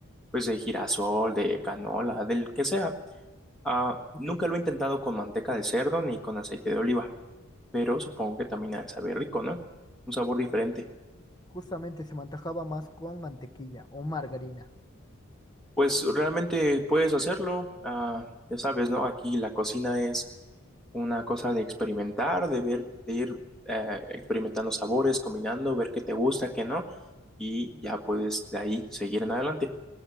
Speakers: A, in the centre; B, on the left.
A: pues de girasol, de canola, del que sea. Ah,
B: Ok.
A: nunca lo he intentado con manteca de cerdo ni con aceite de oliva. pero supongo que también ha de saber rico, ¿no? Un sabor diferente.
B: Ah, justamente se me antojaba más con mantequilla o margarina.
A: Pues realmente puedes hacerlo, ah, ya sabes, ¿no? Aquí la cocina es una cosa de experimentar, de ver, de ir eh, experimentando sabores, combinando, ver qué te gusta, qué no, y ya puedes de ahí seguir en adelante.